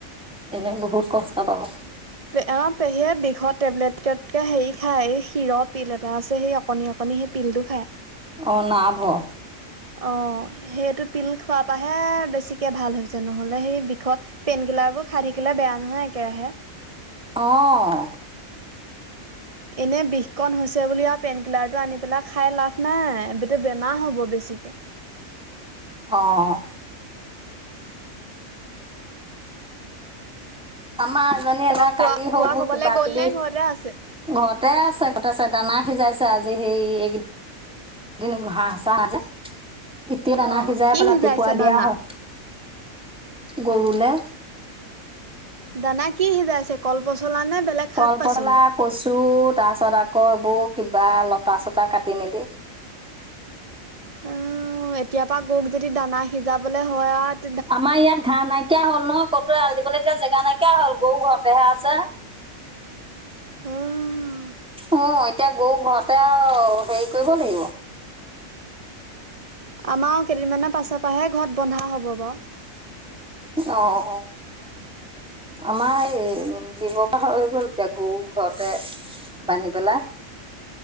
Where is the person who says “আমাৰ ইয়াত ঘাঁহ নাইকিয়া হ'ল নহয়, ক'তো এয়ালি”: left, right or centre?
Centre